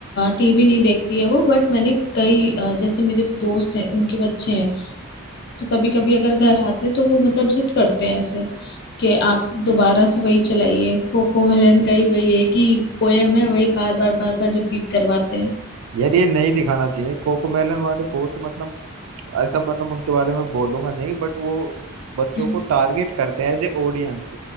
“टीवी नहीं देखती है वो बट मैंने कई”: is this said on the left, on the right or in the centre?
Left